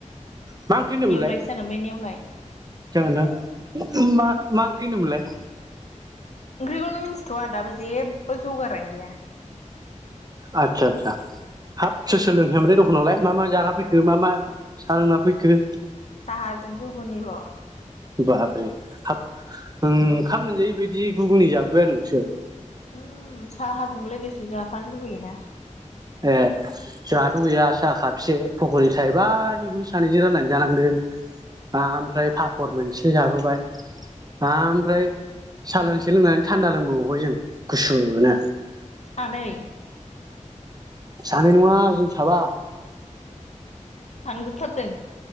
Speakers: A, on the right (about 30°); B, on the left (about 60°).
A: मा ओंख्रि होनदोंमोनलाय
B: नेवलायसो जागोन बे नेवलाय
A: जागोनदां मा मा ओंख्रि होनदोमोनलाय
B: ओंख्रिखौनो मिन्थिथ'आ दाबो जेबो जगारानो गैया
A: आदसा आदसा हाब सोर सोर लोंहैयामोनलाय दखानावलाय मा मा जाना फैखो मा मा साह लोंना फैखो
B: साहाजों गुगुनिल'
A: बाप्रे हाब ओंखाम मोनजायै बायदि गुगुनि जाफैबाय आरो नोंसोर
B: उम साहाजोंलाय लोगोसे जाफानो लुबैयोना
A: ए जोंहाथ' गैया साहा खाबसे फखरि थाइबानिखौनो सानैजों राननानै जानांदों ओमफ्राय पापर मोनसे जाबोबाय ओमफ्राय साहा लोंसे लोंनानै थान्दा लोंबोबावबाय जों गुसुनो
B: सानै,
A: सानै नंङा जों साबा,
B: थांजोबथारदों,